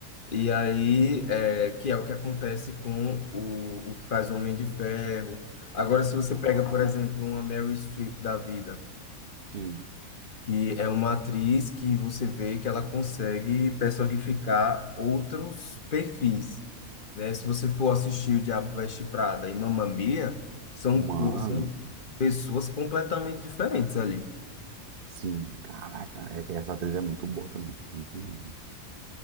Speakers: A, on the left; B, on the right.
A: E aí, é, que é o que acontece com o, o que faz o Homem de Ferro. Agora, se você
B: Ah,
A: pega, por exemplo, uma Mary Streep da vida,
B: sim.
A: que é uma atriz que você vê que ela consegue personificar outros perfis, né? Se você for assistir O Diabo Veste Prada e Mamma Mia, são,
B: Mano.
A: co- são pessoas completamente diferentes ali
B: Sim, caraca, é que essa atriz é muito boa também, muito mesmo.